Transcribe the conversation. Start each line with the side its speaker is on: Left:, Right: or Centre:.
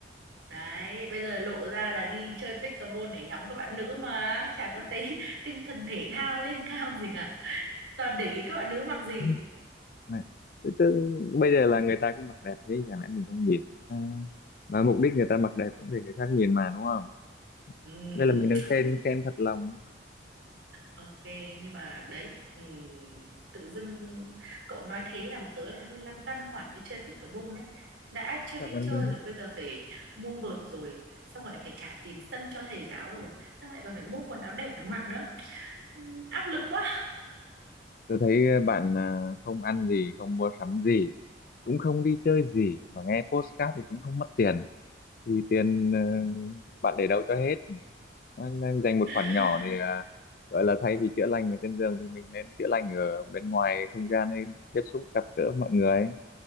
Right: Đấy, bây giờ lộ ra là đi chơi pickleball để ngắm các bạn nữ mà chả có thấy <laughs> tinh thần thể thao lên cao gì cả. Toàn để ý các bạn nữ mặc gì.
Left: <laughs> này tự dưng bây giờ là người ta cứ mặc đẹp thế chẳng lẽ mình không nhìn à, mà mục đích người ta mặc đẹp cũng để người khác nhìn mà đúng không
Right: Ừm,
Left: đây là mình đang khen khen thật lòng
Right: ok, nhưng mà đấy, ừm, tự dưng cậu nói thế làm tớ lại hơi lăn tăn khoản đi chơi pickleball đấy. Đã chưa
Left: Cảm
Right: biết
Left: ơn.
Right: chơi
Left: em.
Right: rồi, bây giờ phải mua vợt rồi, xong lại phải trả tiền sân cho thầy giáo rồi, xong lại còn phải mua quần áo đẹp để mặc nữa. Ừm, áp lực quá.
Left: Tôi thấy ờ, bạn à, không ăn gì, không mua sắm gì, cũng không đi chơi gì mà nghe podcast thì cũng không mất tiền. Thì tiền ờ, bạn để đâu cho hết. Nên, nên dành một
Right: <laughs>
Left: khoản nhỏ để à, gọi là thay vì chữa lành ở trên giường thì mình nên chữa lành ở bên ngoài không gian nên tiếp xúc gặp gỡ mọi người,